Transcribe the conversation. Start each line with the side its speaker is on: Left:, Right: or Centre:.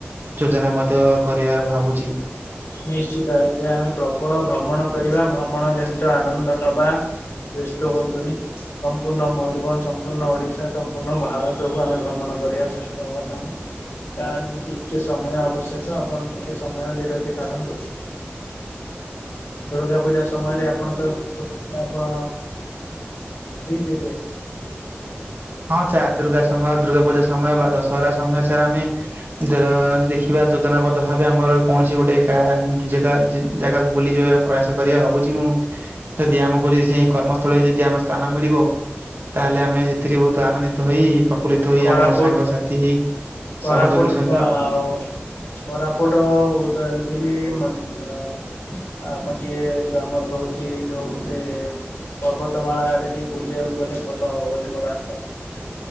Right: ଯୋଜନା ମଧ୍ୟ କରିଆ ଭାବୁଚି।
Left: ନିଶ୍ଚିତ ଏବେ ଆମେ ପ୍ରବଳ ଭ୍ରମଣ କରିବା ଭ୍ରମଣ ଜନିତ ଆନନ୍ଦ ନବା। ବ୍ୟସ୍ତ ହୁଅନ୍ତୁନି। ସମ୍ପୂର୍ଣ୍ଣ ମୟୂରଭଞ୍ଜ୍ ସମ୍ପୂର୍ଣ୍ଣ ଓଡ଼ିଶା ସମ୍ପୂର୍ଣ୍ଣ ଭାରତକୁ ଆମେ ଭ୍ରମଣ କରିବା ବ୍ୟସ୍ତ ହୁଅ ନାହିଁ। କା <unintelligible> ଟିକେ ସମୟ ଆବଶ୍ୟକ ଆପଣ ଟିକେ ସମୟ ବିରତି କାଢ଼ନ୍ତୁ। ଦୁର୍ଗା ପୂଜା ସମୟରେ ଆପଣ ତ ଛୁଟ୍ ନବ ଫ୍ରି ଥିବେ।
Right: ହଁ ଚାର୍ ଦୁର୍ଗା ସମୟ ଦୁର୍ଗା ପୂଜା ସମୟ ବା ଦଶହରା ସମୟ ସାର୍ ଆମେ ଦଁ ଦେଖିବା ଯୋଜନାବଦ୍ଧ ଭାବେ ଆମର କୌଣସି ଗୋଟେ କା ଯେ ଜା ଯେ ଜାଗାକୁ ବୁଲିଯିବା ପାଇଁ ପ୍ରୟାସ କରିବାକୁ ଭାବୁଚି ମୁଁ ଯଦି ଆମ କୁ ଯଦି ସେଇ କର୍ମସ୍ଥଳେରେ ଯଦି ଆମ ସ୍ଥାନ ମିଳିବ ତାହେଲେ ଆମେ ସେଥିରେ ବହୁତ୍ ଆନନ୍ଦିତ ହେଇ ପ୍ର ଫୁଲ୍ଲିତ ହୋଇ
Left: କୋରାପୁଟ
Right: ଆମର ସାଙ୍ଗସାଥି
Left: କୋରାପୁଟ
Right: ସହଯୋଗୀ ସହିତ
Left: ଆଉ କୋରାପୁଟ ଉଦୟଗିରି ମ ଅ ଆମର ଟିକେ ଯୋଉ ଆମର ରହୁଛି ଯୋଉ ସେ ପର୍ବତମାଳା ଆଡେ ଟିକେ ବୁଲିବାକୁ ଗଲେ ଭଲ ହବ ବୋଲି ମୋର ଆଶା।